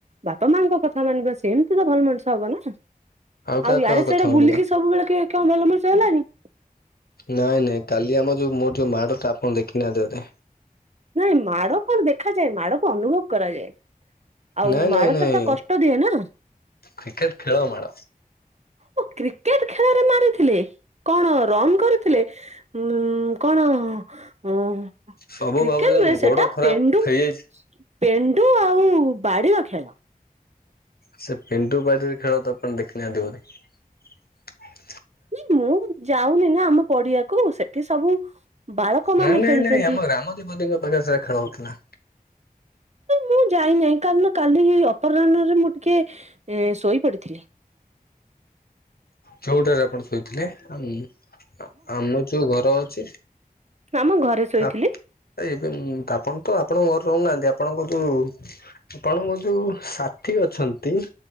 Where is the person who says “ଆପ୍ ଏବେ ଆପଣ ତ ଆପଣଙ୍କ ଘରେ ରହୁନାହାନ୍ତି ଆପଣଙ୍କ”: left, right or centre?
Left